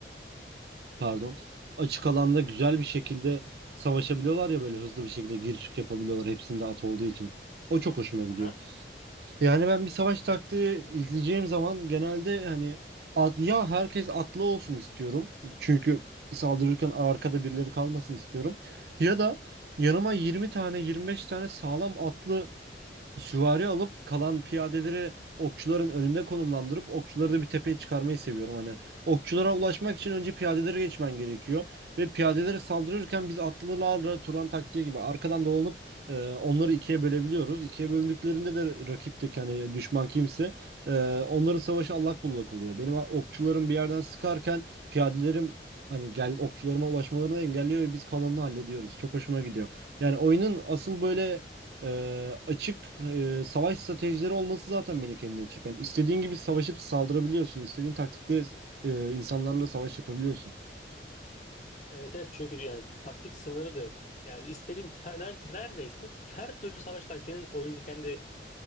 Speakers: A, on the right; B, on the left.
A: pardon açık alanda güzel bir şekilde savaşabiliyorlar ya böyle hızlı bir şekilde gir çık yapabiliyorlar hepsinde at olduğu için. O çok hoşuma gidiyor.
B: Aha.
A: Yani ben bir savaş taktiği izleyeceğim zaman genelde hani at, ya herkes atlı olsun istiyorum. Çünkü saldırırken arkada birileri kalmasın istiyorum. Ya da yanıma 20 tane 25 tane sağlam atlı süvari alıp kalan piyadeleri okçuların önünde konumlandırıp okçuları da bir tepeye çıkarmayı seviyorum. Hani okçulara ulaşmak için önce piyadeleri geçmen gerekiyor ve piyadeleri saldırırken biz atlılarla Turan taktiği gibi arkadan dolanıp e, onları ikiye bölebiliyoruz. İkiye bölündüklerinde de rakipteki hani düşman kimse e, onların savaşı allak bullak oluyor. Benim okçularım bir yerden sıkarken piyadelerim Hani gel okçularıma ulaşmalarını engelliyor ve biz kalanını hallediyoruz. Çok hoşuma gidiyor. Yani oyunun asıl böyle ee, açık e, savaş stratejileri olması zaten beni kendine çeken. İstediğin gibi savaşıp saldırabiliyorsun. İstediğin taktikte e, insanlarla savaş yapabiliyorsun.
B: Evet evet çünkü yani taktik sınırı da yok. Yani istediğin ta- ner- neredeyse her türlü savaş taktiğinin oyunun kendi